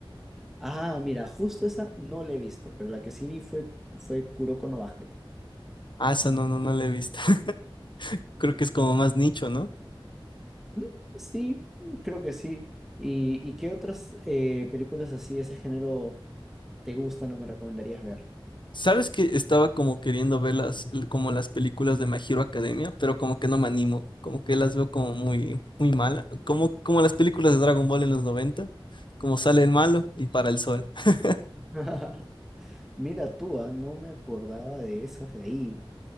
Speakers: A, in the centre; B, on the left.
A: Ah, mira, justo esa no la he visto, pero la que sí vi fue, fue Kuroko no Basket.
B: Ah, esa no, no, no la he visto. <laughs> Creo que es como más nicho, ¿no?
A: Mm, Sí, mm, creo que sí. ¿Y, y qué otras eh, películas así de ese género te gustan o me recomendarías ver?
B: Sabes que estaba como queriendo ver las, como las películas de My Hero Academia, pero como que no me animo, como que las veo como muy, muy mala, como, como las películas de Dragon Ball en los 90, como sale el malo y para el sol. <laughs>
A: <laughs> Mira tú, ah, No me acordaba de esas de ahí.